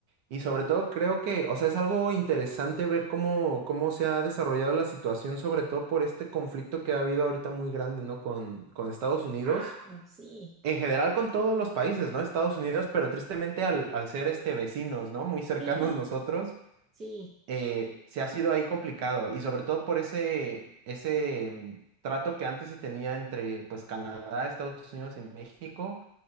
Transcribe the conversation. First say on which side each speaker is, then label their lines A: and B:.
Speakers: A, on the right; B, on the right.
A: Y sobre todo creo que, o sea, es algo interesante ver cómo, cómo se ha desarrollado la situación, sobre todo por este conflicto que ha habido ahorita muy grande, ¿no? Con, con Estados Unidos.
B: Ah, sí,
A: En general con todos los países, ¿no? Estados Unidos, pero tristemente al, al ser este vecinos, ¿no? Muy cercanos
B: sí,
A: <laughs> nosotros,
B: sí,
A: eh, se ha sido ahí complicado y sobre todo por ese, ese mm, trato que antes se tenía entre pues Canadá, Estados Unidos y México,